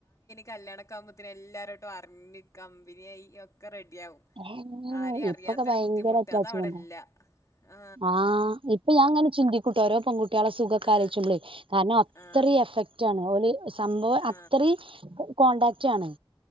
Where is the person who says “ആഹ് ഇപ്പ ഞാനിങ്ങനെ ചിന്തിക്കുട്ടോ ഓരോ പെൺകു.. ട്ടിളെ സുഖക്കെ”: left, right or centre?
Right